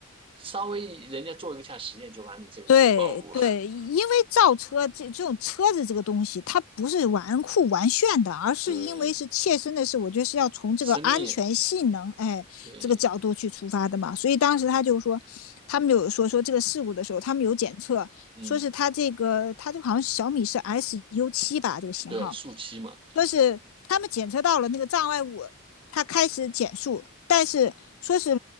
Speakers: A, on the right; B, on the left.
A: 稍微人家做一下实验就把你这个给暴露了。
B: 对对，
A: <laughs>
B: 因为造车这这种车子这个东西，它不是玩酷玩炫的，而是因为是切身的事，
A: 对，
B: 我觉得是要从这个安全性能，
A: 生命，
B: 哎，
A: 对，
B: 这个角度去出发的嘛。所以当时他就说，他们有说说这个事故的时候，他们有检测，
A: 嗯，
B: 说是他这个他这个好像是小米是 SU 七吧，这个型号，
A: 对，树栖嘛，就是，
B: 说是他们检测到了那个障碍物，它开始减速，但是说是